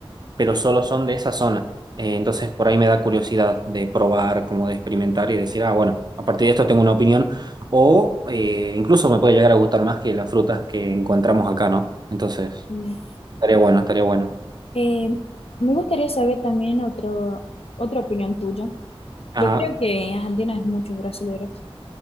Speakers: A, on the right; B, on the left.
A: pero solo son de esa zona. Eh, entonces por ahí me da curiosidad de probar, como de experimentar y decir, ah, bueno, a partir de esto tengo una opinión. O eh, incluso me puede llegar a gustar más que las frutas que encontramos acá, ¿no? Entonces,
B: Mm.
A: estaría bueno, estaría bueno.
B: Eh, me gustaría saber también otro, otra opinión tuya.
A: Ajá,
B: Yo creo que en Argentina hay muchos brasileños,